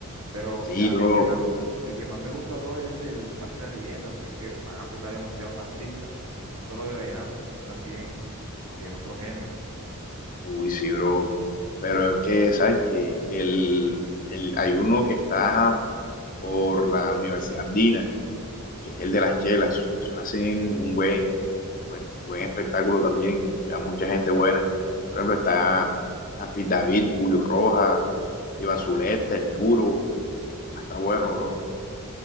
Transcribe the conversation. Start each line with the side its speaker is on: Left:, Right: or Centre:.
Right: Pero
Left: Sí,
Right: eh, a
Left: bro.
Right: mí el que más, el que más me gusta, bro, es el del Parque La Leyenda, porque es que van a tocar demasiados artistas, no solo de vallenato, sino también de otro género.
Left: Uy, sí, bro. Pero es que, ¿sabes que El, el, hay uno que está por la Universidad Andina, que es el de las chelas. Eso hacen un buen, buen, buen espectáculo también. Lleva mucha gente buena. Por ejemplo, está Jafid David, Julio Rojas, Iván Zuleta, El Churo. Está bueno, bro.